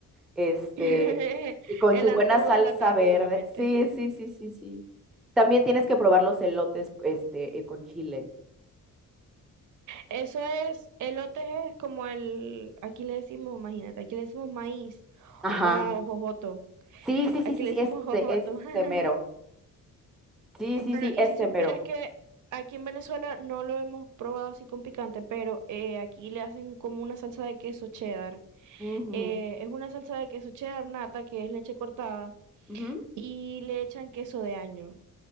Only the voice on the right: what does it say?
<laughs>
El
antojo
de la tarde,
obviamente.
Eso es, elote es como el, aquí le decimos, imagínate, aquí le decimos maíz
o jojoto.
Aquí
le
decimos
jojoto.
<laughs>
Bueno,
y
si supieras
que aquí en Venezuela no lo hemos probado así con picante, pero eh, aquí le hacen como una salsa de queso cheddar.
Eh, es una salsa de queso cheddar nata, que es leche cortada,
y le echan queso de año.